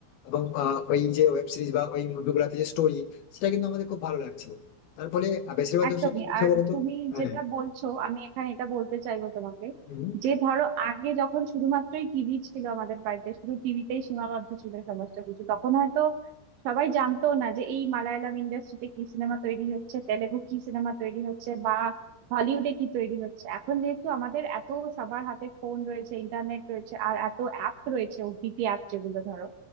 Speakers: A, on the left (about 75°); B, on the right (about 70°).
A: এবং আহ, ওই যে ওয়েব সিরিজ বা ওই মুভিগুলোতে যে স্টোরি সেটা কিন্তু আমাদের খুব ভালো লাগছে তার ফলে আহ, বেশিরভাগ
B: একদমই
A: দর্শক কি করছে
B: আর
A: বলতো
B: তুমি
A: হ্যাঁ
B: যেটা বলছো আমি এখানে এটা বলতে চাইবো তোমাকে
A: হুম,
B: যে ধরো আগে যখন শুধুমাত্রই টিভি ছিল আমাদের বাড়িতে শুধু টিভিতেই সীমাবদ্ধ ছিল সমস্ত কিছু তখন হয়তো সবাই জানতো না যে এই মালায়ালাম ইন্ডাস্ট্রিতে কি সিনেমা তৈরি হচ্ছে তেলেগু কি সিনেমা তৈরি হচ্ছে বা হলিউডে কি তৈরি হচ্ছে এখন যেহেতু আমাদের এত সবার হাতে ফোন রয়েছে ইন্টারনেট রয়েছে আর এত অ্যাপ রয়েছে ওটিটি অ্যাপ যেগুলো ধরো